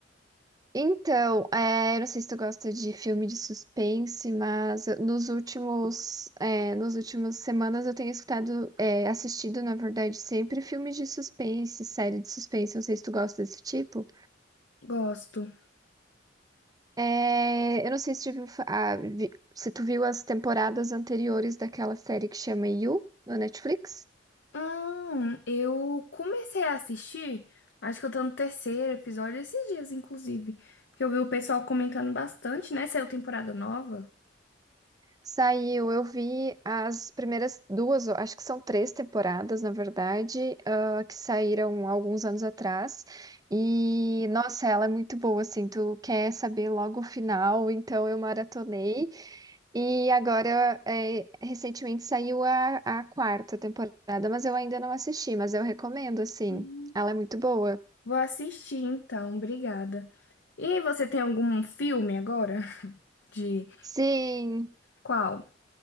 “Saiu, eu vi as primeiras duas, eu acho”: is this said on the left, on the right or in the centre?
Right